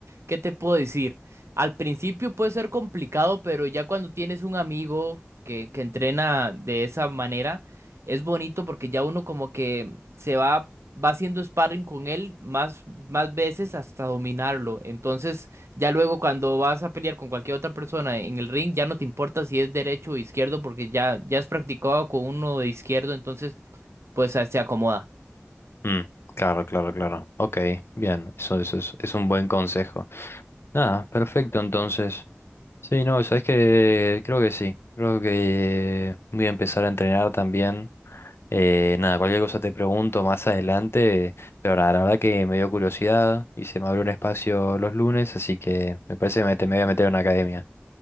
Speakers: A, on the right; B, on the left.
A: ¿qué te puedo decir? Al principio puede ser complicado, pero ya cuando tienes un amigo que, que entrena de esa manera, es bonito porque ya uno como que se va, va haciendo sparring con él más, más veces hasta dominarlo. Entonces, ya luego cuando vas a pelear con cualquier otra persona en el ring, ya no te importa si es derecho o izquierdo, porque ya, ya has practicado con uno de izquierdo, entonces pues se acomoda.
B: Mm, claro, claro, claro. Ok, bien, eso, eso es, es un buen consejo. Nada, perfecto, entonces. Sí, no, sabes que creo que sí. Creo que voy a empezar a entrenar también. Eh, nada, cualquier cosa te pregunto más adelante, pero nada, la verdad que me dio curiosidad y se me abrió un espacio los lunes, así que me parece que me, te- me voy a meter en una academia.